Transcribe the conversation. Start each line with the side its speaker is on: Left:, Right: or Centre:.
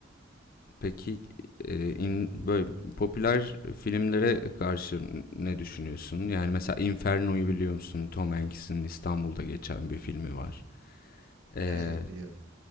Left: Peki, eee, in böyle popüler filmlere karşı ne düşünüyorsun? Yani, mesela Inferno'yu biliyor musun? Tom Hanks'in İstanbul'da geçen bir filmi var. Eee,
Right: Evet evet biliyorum.